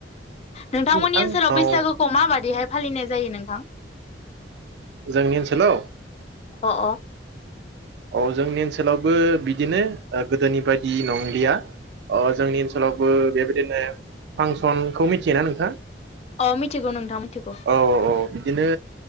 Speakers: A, on the left; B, on the right.
A: नोंथांमोननि
B: नोंथां
A: ओनसोलाव
B: औ
A: बैसागोखौ माबायदिहाय फालिनाय जायो नोंथां
B: जोंनि ओनसोलाव
A: अ अ
B: औ जोंनि ओनसोलावबो बिदिनो गोदोनि बायदि नंलिया अ जोंनि ओनसोलावबो बेबा बिदिनो फांसनखौ मिथियोना नोंथाङा
A: अ मिथिगौ नोंथां मिथिगौ
B: औ औ बिदिनो